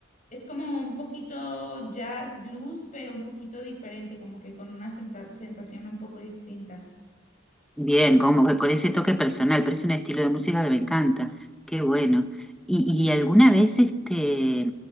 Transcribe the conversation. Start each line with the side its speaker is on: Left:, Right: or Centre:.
Left: Es como un poquito jazz blues, pero un poquito diferente, como que con una senta- sensación un poco distinta.
Centre: Bien, como que con ese toque personal, pero es un estilo de música que me encanta. Qué bueno. ¿Y, y alguna vez este,